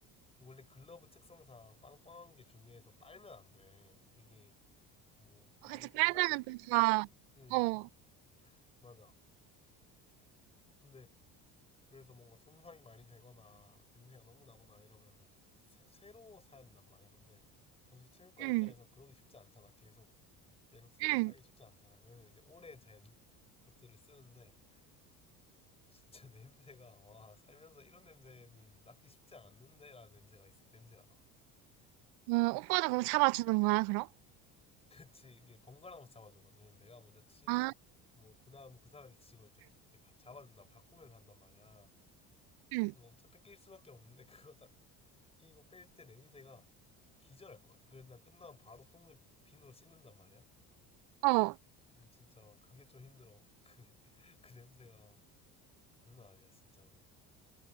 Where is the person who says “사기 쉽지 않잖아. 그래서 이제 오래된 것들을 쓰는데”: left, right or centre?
Left